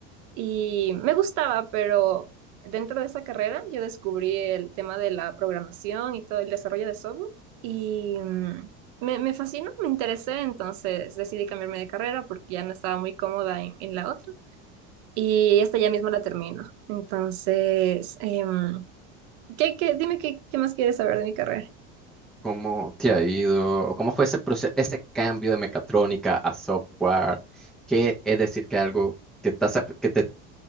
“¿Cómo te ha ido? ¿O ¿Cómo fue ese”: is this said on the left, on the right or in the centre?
Centre